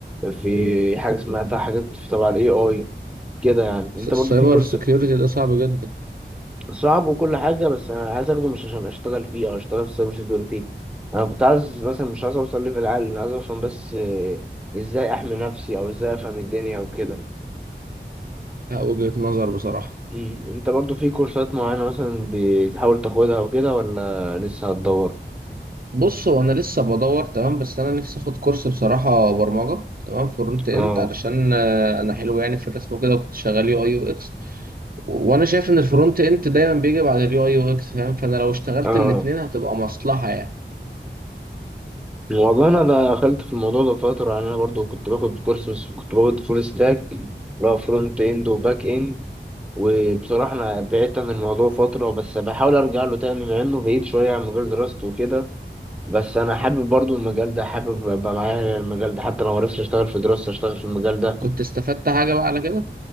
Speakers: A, in the centre; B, on the right.
A: في حاجة سمعتها حاجات في تبع الاي اي كده يعني انت
B: السايبر
A: برضو في كورس
B: سيكيورتي ده صعب جدا
A: صعب وكل حاجة بس انا عايز اخده مش عشان اشتغل فيه او اشتغل في سايبر سيكيورتي انا كنت عايز مثلا مش عايز اوصل ليفل عالي انا عايز افهم بس آه، ازاي احمي نفسي او ازاي افهم الدنيا وكده
B: لا وجهة نظر بصراحة
A: إيه، انت برضو في كورسات معينة مثلا بتحاول تاخدها وكده ولا لسه هتدور
B: بص هو انا لسه بدور تمام بس انا نفسي اخد كورس بصراحه برمجه تمام فرونت اند
A: اه
B: علشان آه، انا حلو يعني في الرسم وكده كنت شغال يو اي يو اكس وانا شايف ان الفرونت اند دايما بيجي بعد اليو اي يو اكس فاهم فانا لو اشتغلت
A: اه
B: الاتنين هتبقى مصلحه يعني
A: والله انا دخلت في الموضوع ده فترة يعني. انا برضو كنت باخد كورس بس كنت باخد فول ستاك اللي هو فرونت اند وباك اند وبصراحة أنا بعدت عن الموضوع فترة بس بحاول أرجع له تاني مع إنه بعيد شوية عن مجال دراستي وكده بس أنا حابب برضو المجال ده حابب أبقى معايا المجال ده حتى لو معرفتش أشتغل في دراستي أشتغل في المجال ده
B: كنت استفدت حاجه بقى على كده